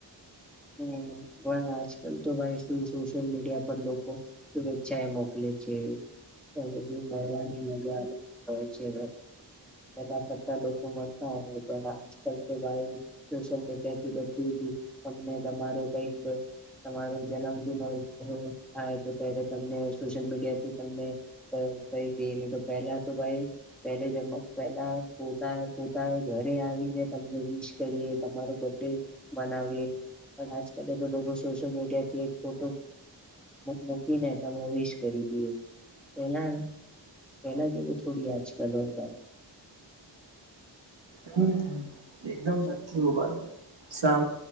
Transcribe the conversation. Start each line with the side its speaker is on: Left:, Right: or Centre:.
Centre: હમ પણ આજ કાલ તો ભાઈ શું સોશિયલ મીડિયા પર લોકો શુભેચ્છાએ મોકલે. હોય છે તો એ બધી મળવાની મજા અલગ જ હોય છે. પેલા કરતા લોકો મળતા હોય પણ આજકાલ તો ભાઈ સોશિયલ મીડિયા થી બધું જ તમને તમારો કઈક તમારો જન્મદિન થાય તો ત્યારે તમને સોશિયલ મીડિયાથી તમને કઈ નહી તો પહેલા તો ભાઈ પહેલે જ પેલા પોતા પોતાએ ઘરે આવીને તમને વિશ કરી તમારો બર્ ડે. પણ આજકાલે તો લોકો સોશિયલ મીડિયાથી એક ફોટો મૂકીને તમે વિશ કરી દઈએ પેલામ પેલા જોવ થોડી આજકાલ હોગારી.
Right: હમ એકદમ સાચી ગબાઈ. સા